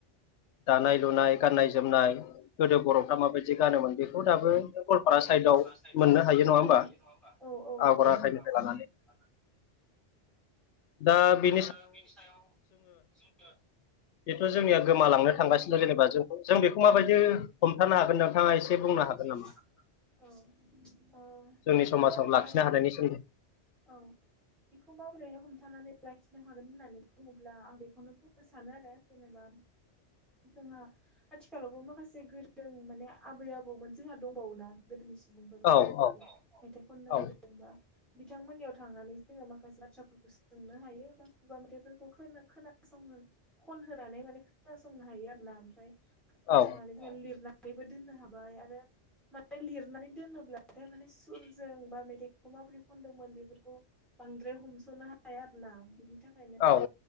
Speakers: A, on the left (about 80°); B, in the centre.
A: दानाय लुनाय गाननाय जोमनाय गोदो बर'फ्रा माबायदि गानोमोन बेखौ दाबो गवालपारा साइडआव
B: फारा साइट
A: मोननो
B: आव
A: हायो नङा
B: मोननो
A: होमबा
B: हायो नङा होमबा औ औ
A: आगर
B: नंगौ
A: आखाइनिफ्राय
B: <unintelligible>
A: लानानै दा बि
B: दा बेनि सायाव जोङो
A: बेथ' जोंनिया गोमालांनो थांगासिनो जेनेबा ज जों बेखौ माबायदि हमथानो हागोन नोंथाङा एसे बुंनो हागोन नामा?
B: <unintelligible> औ ओ
A: जोंनि
B: बेखौ
A: समाजाव
B: माब्रैहाय
A: लाखिनो हानायनि सोमोन्दै
B: औ बेखौ माबोरैहाय हमथानानै लाखिनो नो होन होन्नानै बुङोब्ला आं बेखौनो बुंनो सानो आरो जेनेबा जोंहा आथिखालावबो माखासे गोरों माने आबै आबौमोन जोंहा दंबावोना गोदोनिसि सुबुंफोर माखासे
A: औ औ
B: मेथाइ खननोगोरजों
A: औ
B: बा बिथांमोननियाव थांनानै जोङो माखासे बाथ्राफोरखौ सोंनो हायो बा खुगा मेथाइफोरखौ खोनासङो होनानै खंनो हायो ना खोना
A: औ
B: संना लिर नानैबो दोननो हाबाय आरो माने लिरनानै दोनोब्लाथाय माने स जों बा मेथाइखौ माबोरै खदोंमोन बेफोरखौ बांद्राय हमस'नो हाया आरोना बिनि थाखाय ओंखायनो
A: औ